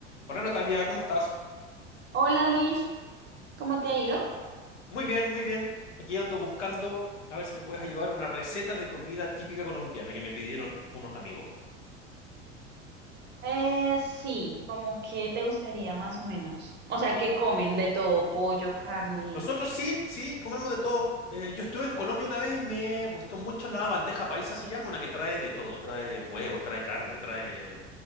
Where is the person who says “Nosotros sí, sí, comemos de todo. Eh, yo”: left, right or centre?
Left